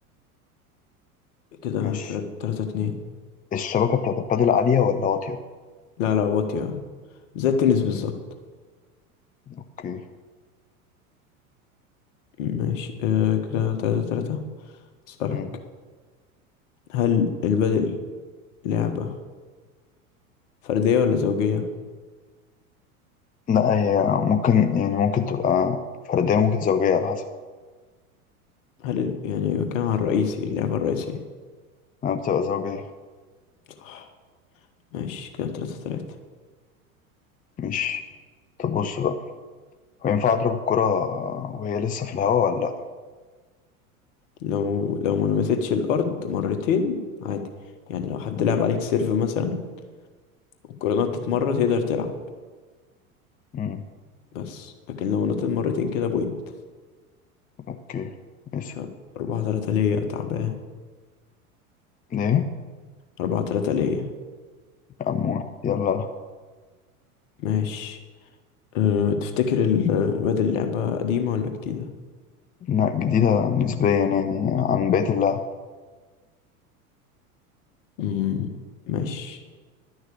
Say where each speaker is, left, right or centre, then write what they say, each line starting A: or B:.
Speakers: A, on the left (about 60°); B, on the left (about 20°).
A: كده
B: مش
A: تلاتة تلاتة اتنين
B: الشبكه بتاعت البادل عاليه ولا واطيه
A: لا لا واطية زي التنس بالظبط
B: اوكي
A: ماشي أه كده تلاتة تلاتة اسألك
B: مم.
A: هل البدل لعبة فردية ولا زوجية؟
B: لا هي ممكن يعني ممكن تبقى فرديه ممكن زوجيه على حسب
A: هل ال... يعني بتكلم على الرئيسي اللعبة الرئيسية
B: انا بتبقى زوجيه
A: صح ماشي كده تلاتة تلاتة
B: مش طب بص بقى هو ينفع اضرب الكره وهي لسه في الهواء ولا لا
A: لو لو ما لمستش الأرض مرتين عادي يعني لو حد لعب عليك سيرف مثلا والكرة نطت مرة تقدر تلعب
B: مم.
A: بس لكن لو نطت مرتين كده بوينت
B: اوكي يسأل
A: كان أربعة تلاتة ليا تعبان
B: ليه يا
A: أربعة تلاتة ليا
B: عم واحد. يلا لا
A: ماشي أه تفتكر ال... بدل اللعبة قديمة ولا جديدة؟
B: لا، جديده نسبيا يعني عن بقيه اللعب
A: مم. ماشي